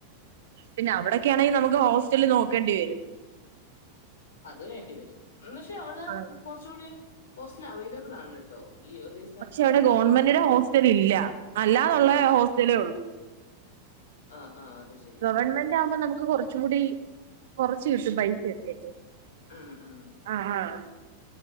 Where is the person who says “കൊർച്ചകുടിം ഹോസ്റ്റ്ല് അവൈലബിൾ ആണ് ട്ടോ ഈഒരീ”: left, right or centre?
Left